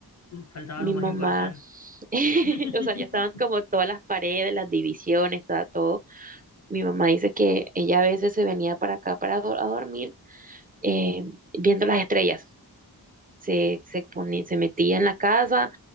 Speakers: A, on the left (about 45°); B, on the right (about 20°).
A: Faltaba
B: Mi
A: lo más
B: mamá,
A: importante
B: <laughs>
A: <laughs>
B: o sea, ya estaban como todas las paredes, las divisiones, estaba todo. Mi mamá dice que ella a veces se venía para acá para do- a dormir eh, viendo las estrellas. Se, se ponía, se metía en la casa